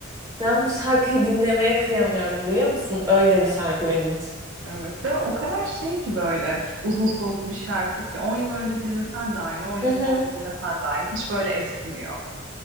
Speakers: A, on the right; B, on the right.
A: Ben bu şarkıyı dinlemeye kıyamıyorum biliyor musun? Öyle bir şarkı benim için.
B: Evet ve o kadar şey ki böyle uzun soluklu bir şarkı ki 10 yıl önce dinlesen de aynı 10 yıl
A: Hı hı.
B: sonra dinlesen de aynı hiç böyle eskimiyor.